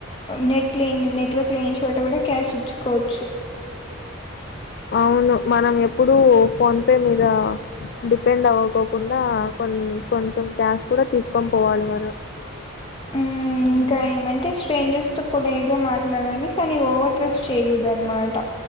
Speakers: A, on the left; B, on the left.
A: నెట్. క్లీన్ నెట్వర్క్ క్లీన్ చోట కూడా క్యాష్ ఇచ్చుకోచ్చు.
B: అవును మనం ఎప్పుడుూ ఫోన్ పే మీద డిపెండ్ అవకోకుండా కొన్నీ కొంచెం క్యాష్ కూడా తీసుకొని పోవాలి మనం.
A: ఉమ్
B: మ్మ్
A: ఇంకా ఏమంటే స్ట్రేంజర్స్ తో పోలేమ్. గా మాట్లాడాలి కానీ ఓవర్ ట్రస్ట్ చైగూడదన్మట